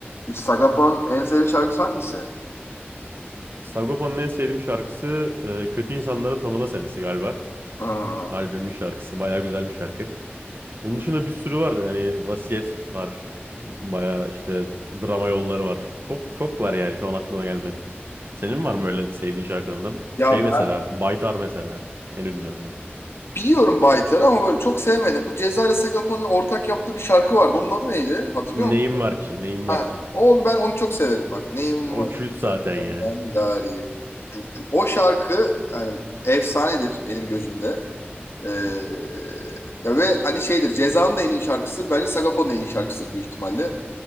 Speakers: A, on the left (about 75°); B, on the right (about 60°).
A: Sagopa'nın en sevdiğin şarkısı hangisi?
B: Sagopa'nın en sevdiğim şarkısı e, Kötü İnsanları Tanıma Senesi galiba.
A: Aa.
B: Albümün şarkısı. Bayağı güzel bir şarkı. Onun dışında bir sürü var. Yani Vasiyet var. Bayağı işte drama yolları var. Çok çok var yani şu an aklıma gelmeyen. Senin var mı öyle sevdiğin şarkılarından?
A: Ya
B: Şey mesela
A: ben
B: Baytar mesela en ünlülerinden.
A: biliyorum Baytar'ı ama böyle çok sevmedim. Bu Ceza ile Sagopa'nın ortak yaptığı bir şarkı vardı. Onun adı neydi? Hatırlıyor
B: Neyim
A: musun?
B: var ki? Neyim
A: Ha,
B: var ki?
A: o, ben onu çok severim bak. Neyim
B: O
A: var
B: kült zaten
A: senden
B: ya.
A: gari. Cuk cuk. O şarkı yani efsanedir benim gözümde. Ee,
B: Hı hı.
A: ya ve hani şeydir Ceza'nın da en iyi şarkısıdır. Bence Sagapo'nun da en iyi şarkısıdır büyük ihtimalle.